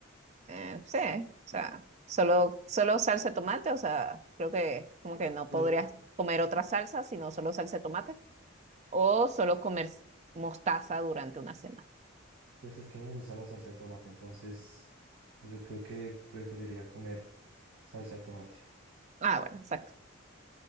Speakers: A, on the right; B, on the right.
A: Eh, sí, o sea, solo, solo salsa de tomate, o sea, creo que como que no
B: Pero,
A: podrías comer otra salsa, sino solo salsa de tomate. o solo comer mostaza durante una semana.
B: pues es que me gusta la salsa de tomate, entonces yo creo que preferiría comer salsa de tomate.
A: Ah, bueno, exacto.